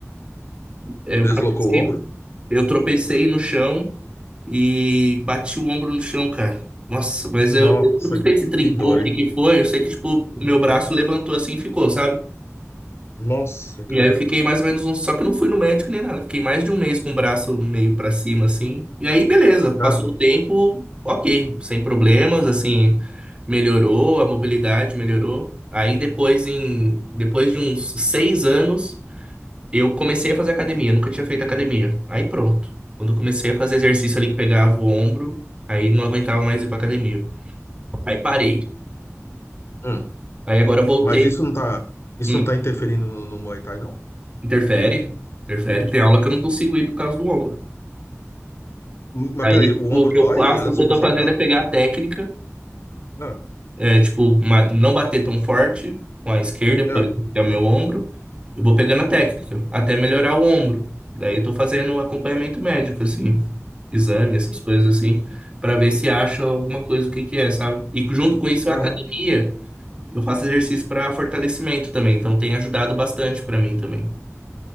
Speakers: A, on the right; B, on the left.
A: Eu
B: Deslocou
A: tropecei
B: o ombro?
A: Eu tropecei no chão e bati o ombro no chão, cara. Nossa, mas
B: Nossa,
A: eu, eu não sei se trincou,
B: que dor,
A: o
B: hein?
A: que que foi. Eu sei que, tipo, meu braço levantou assim e ficou, sabe?
B: Nossa, cara.
A: E aí eu fiquei mais ou menos um. Só que eu não fui no médico nem nada. Fiquei mais de um mês com o braço meio pra cima, assim. E aí, beleza. Passou
B: Ah,
A: o tempo, ok. Sem problemas, assim. Melhorou, a mobilidade melhorou. Aí depois, em, depois de uns seis anos. Eu comecei a fazer academia, nunca tinha feito academia. Aí pronto. Quando eu comecei a fazer exercício ali que pegava o ombro, aí não aguentava mais ir pra academia. Aí parei.
B: hum.
A: Aí agora eu voltei.
B: Mas isso não tá, isso
A: Hum,
B: não tá interferindo no, no Muay Thai, não?
A: interfere, interfere. Tem aula que eu não consigo ir por causa do ombro.
B: Hum, Mas
A: Aí
B: peraí,
A: tipo,
B: o ombro
A: o que
B: dói
A: eu faço,
B: antes
A: o que
B: de
A: eu
B: você
A: tô fazendo
B: ir pra.
A: é pegar a técnica
B: Ah,
A: É, tipo, uma- não bater tão forte com a esquerda, por
B: é,
A: exemplo, que é o meu ombro. Eu vou pegando a técnica, até melhorar o ombro. Daí eu tô fazendo acompanhamento médico, assim, exame, essas coisas assim, pra ver se acha alguma coisa, o que que é, sabe? E junto com isso,
B: aham.
A: a academia, eu faço exercício pra fortalecimento também, então tem ajudado bastante pra mim também.